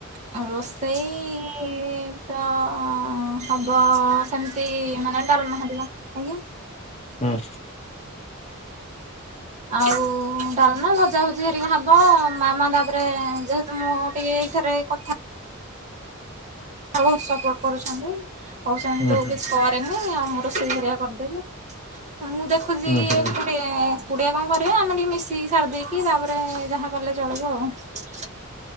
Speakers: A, on the right; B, on the left.
A: କଁ ରୋଷେଇ ତ ହବ ସେମିତି ମାନେ ଡାଲ୍ମା ହରିକା ଆଜ୍ଞା।
B: ହୁଁ।
A: ଆଉ ଡାଲ୍ ମା ଭଜା ଭଜି ହରିକି ହବ ମାମା ତାପରେ ଯେହେତୁ ମୁଁ ଏ ଏଇଥରେ କଥା ତ୍ ସପୋର୍ଟ କରୁଛନ୍ତି କହୁଛନ୍ତିଛନ୍ତି
B: ହୁଁ
A: ତୁ
B: ହୁଁ
A: କିଛି କରେନି ଆମ ରୋସେଇ ହରିଆ। କରିଦେବ ଆଉ ମୁଁ ଦେ
B: ଉ ହୁଁ।
A: କୁଡିଆ କଁ କରିବା ଆମେ ଟିକେ ମିଶିକି ସାରି ଦେଇେଇକି ତାପରେ ଯାହା କଲେ ଚଳିବ ଆଉ।